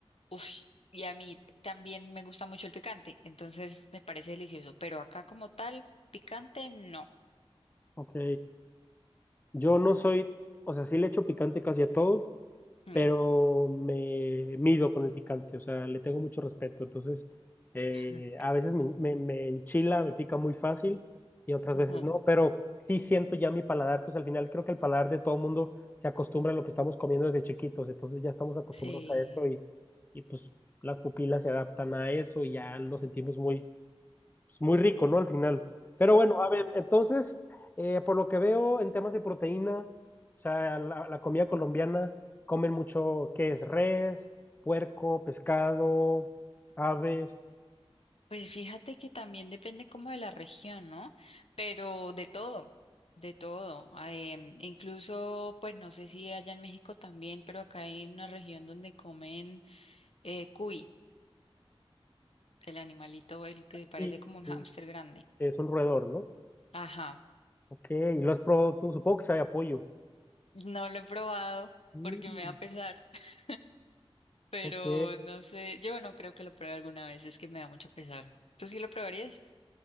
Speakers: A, on the left (about 80°); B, on the left (about 20°).
A: Ush. y a mí también me gusta mucho el picante, entonces me parece delicioso, pero acá como tal, picante no.
B: Ok. Yo no soy, o sea, sí le echo picante casi a todo,
A: Mm,
B: pero me mido con el picante, o sea, le tengo mucho respeto. Entonces, eh,
A: <laughs>
B: a veces me, me- me enchila, me pica muy fácil y otras
A: ujú,
B: veces no, pero sí siento ya mi paladar, pues al final creo que el paladar de todo mundo se acostumbra a lo que estamos comiendo desde chiquitos, entonces ya estamos acostumbrados
A: Sí.
B: a eso y, y pues las pupilas se adaptan a eso y ya lo sentimos muy pues, muy rico, ¿no? Al final. Pero bueno, a ver, entonces, eh, por lo que veo en temas de proteína, o sea, la, la comida colombiana, comen mucho, ¿qué es? Res, puerco, pescado, aves,
A: Pues fíjate que también depende como de la región, ¿no? Pero de todo, de todo. Ah, em, incluso, pues no sé si allá en México también, pero acá hay una región donde comen eh, cuy, el animalito, el que parece
B: sí,
A: como un hámster
B: sí,
A: grande.
B: que es un roedor, ¿no?
A: Ajá,
B: Ok, y lo has probado tú, supongo que sabe a pollo.
A: no lo he probado
B: Mm,
A: porque me da pesar, <laughs> pero
B: ok,
A: no sé, yo no creo que lo pruebe alguna vez, es que me da mucho pesar. ¿Tú sí lo probarías?